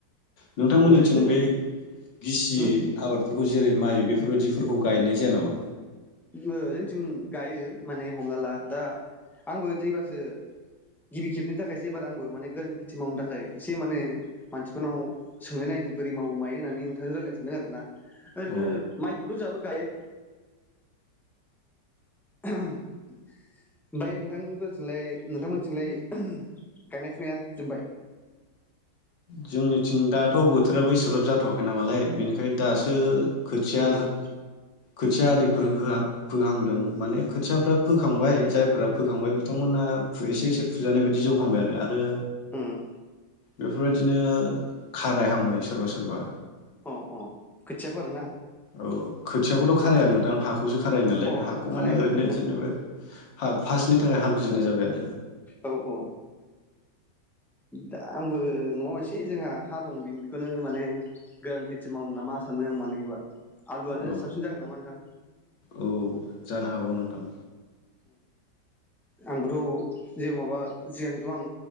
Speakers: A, on the left; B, in the centre.
A: नोंथांमोननिथिं
B: ओरैनो
A: बे गिसि
B: उम
A: आबाद बेफोरखौ जेरै माइ बेफोरबायदिफोरखौ गायनाय जाया नामा?
B: ओ जोंथिं गायो माने हमना ला दा आंबो दैबारसो गिबि खेबनि थाखायसो एबार आंबो माने गोरान खेथि मावनो थाखाय एसे माने मानसिफोरनाव सोंनाय नायनि बोरै मावो मायो होननानै नोंथांजों रायलायनो सानदों आरो ना। ओरैनो
A: अ
B: माइखौथ' जाहाबो गायो। ओफाय नोंथांबोजोंलाय नोंथांमोनथिंलाय गायनाय फुनाया जोब्बाय?
A: जोंनिथिं दाथ' बोथोराबो इसोग्राब जाथ'वाखै नामालाय बेनिखा ओंखायनो दासो खोथिया
B: उम
A: खोथिया आरिफोर फोहां-फोहांदों माने खोथियाफ्रा फोखांबाय, जायफ्रा फोखांबाय बिथांमोना एसे एसे फुजानाय बायदि जौहांबाय आरो। आरो
B: ओम।
A: बेफोरबायदिनो खारायहांबाय सोरबा सोरबा
B: अ अ खोथियाफोर ना
A: औ खोथियाखौथ' खाराया नोंथां हाखौसो खारायो नालाय
B: अ
A: हाखौ
B: खारायहांबाय
A: माने ओरैनो जेनेबा हा फास्टनि थाखाय हालेवजेननाय जाबाय आरो।
B: औ औ दा आंबो न'आव एसे जोंहा हा दं बेखौनो माने गोरान खेथि मावनो नामा सानदों आं माने एबार। आलुआनो
A: औ
B: साबसिन जागोन नामा नोंथां?
A: औ जानो हागौ नोंथां
B: आंबोथ जेबो माबा सिगांथ आं